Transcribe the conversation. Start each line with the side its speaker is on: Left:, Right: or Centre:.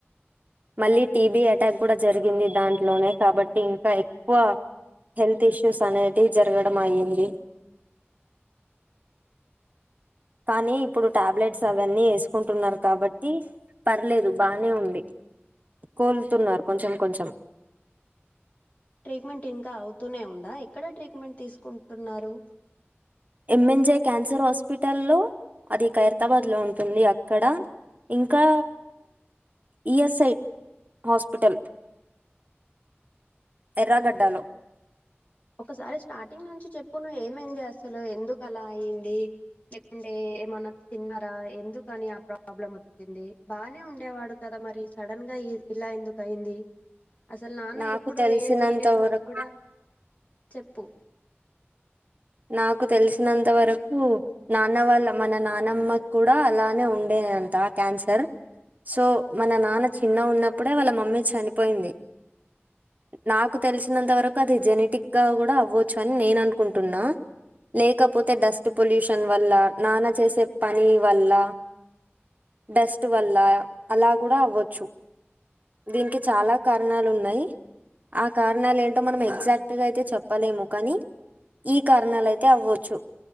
Right: మళ్ళీ టీబీ అటాక్ కూడా జరిగింది దాంట్లోనే కాబట్టి ఇంకా ఎక్కువ హెల్త్ ఇష్యూస్ అనేటివి జరగడం అయ్యింది కానీ ఇప్పుడు టాబ్లెట్స్ అవన్నీ వేసుకుంటున్నారు కాబట్టి పర్లేదు బానే ఉంది కోలుతున్నారు కొంచెం కొంచెం
Left: ట్రీట్మెంట్ ఇంకా అవుతూనే ఉందా ఎక్కడ ట్రీట్మెంట్ తీసుకుంటున్నారు
Right: ఎంఎన్జే క్యాన్సర్ హాస్పిటల్ లో అది ఖైరతాబాద్ లో ఉంటుంది అక్కడ ఇంకా ఈఎస్ఐ హాస్పిటల్ ఎర్రాగడ్డాలో
Left: ఒకసారి స్టార్టింగ్ నుంచి చెప్పు నువ్ ఏమైంది అసలు ఎందుకు అలా అయింది లేకుంటే ఏమన్నా తిన్నారా ఎందుకని ఆ ప్రాబ్లం వచ్చింది బానే ఉండేవాడు కదా మరి సడన్ గా ఇలా ఎందుకయింది అసలు నాన్న
Right: నాకు
Left: ఎప్పుడు
Right: తెలిసినంత
Left: ఏ వేరే ఫుడ్
Right: వరకు
Left: కూడా చెప్పు
Right: నాకు తెలిసినంత వరకు నాన్న వాళ్ళ మన నానమ్మ కూడా అలానే ఉండే దంట క్యాన్సర్ సో మన నాన్న చిన్నగ ఉన్నప్పుడే వాళ్ళ మమ్మీ చనిపోయింది నాకు తెలిసినంత వరకు అది జెనెటిక్ గా కూడా అవ్వచ్చు అని నేను అనుకుంటున్నా లేకపోతే డస్ట్ పొల్యూషన్ వల్ల నాన్న చేసే పని వల్ల డస్ట్ వల్ల అలా కూడా అవ్వచ్చు దీనికి చాలా కారణాలు ఉన్నాయి ఆ కారణ కారణాలు ఏంటో మనం ఎగ్జాక్ట్ గా అయితే చెప్పలేము కానీ కారణాలయితే అవ్వచ్చు